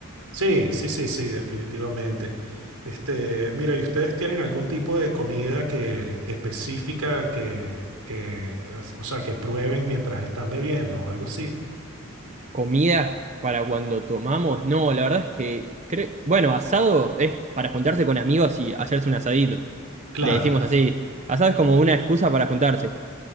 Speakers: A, on the right; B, on the right.
A: Sí, sí, sí, sí, definitivamente. Este, mira, ¿y ustedes tienen algún tipo de comida que específica que, que, es- o sea, que prueben mientras están bebiendo o algo así?
B: comidas para cuando tomamos, no, la verdad es que, cre- bueno, asado es para juntarse con amigos y hacerse un asadito.
A: Claro,
B: Le decimos así. Asado es como una excusa para juntarse.